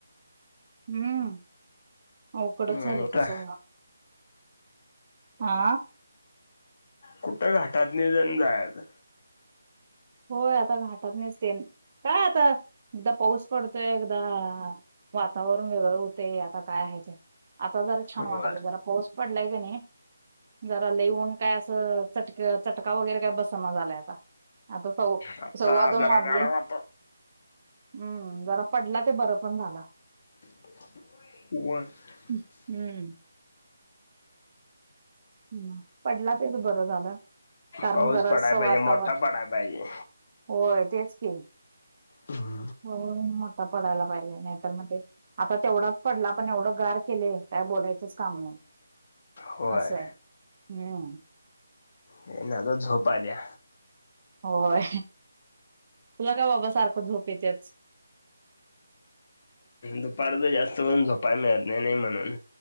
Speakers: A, on the right; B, on the left.
A: हम्म उकडच झाली
B: आणि
A: कस का आा
B: कुठे घाटात निजण जायत
A: होय आता घाटात नसते काय आता एकदा पाऊस पडतोय एकदा वातावरण वेगळं होते आता काय आहे ते आता जरा छान
B: होय
A: वाटालं जरा पाऊस पडलाय आहे का नाही जरा लिहन काय असं चटक चटका वगैरे काय बसना झालाय आता आता सव
B: आता
A: सव्वा दोन
B: जरा
A: वाजले
B: गारवात
A: हम्म जरा पडला ते बरं पण झालं
B: <inaudible>
A: हम्म हम्म पडला तेच बरं झालं कारण
B: पाऊस
A: जरा
B: पडाय
A: असं
B: पाहिजे
A: वातावरण
B: मोठा पडाय पाहिजे
A: होय तेच के
B: ह ह <inaudible>
A: हो मोठा पडायला पाहिजे नाहीतर मग ते आता तेवढाच पडला पण एवढं गार केले त्या बोलायचच काम नाही
B: होय
A: असं आहे हम्म
B: ये नग झोप अल्या
A: होय तुला का बाबा सारखं झोप येत्याच
B: दुपार तर जास्त होन झोपा मिळत नाही नाही म्हणून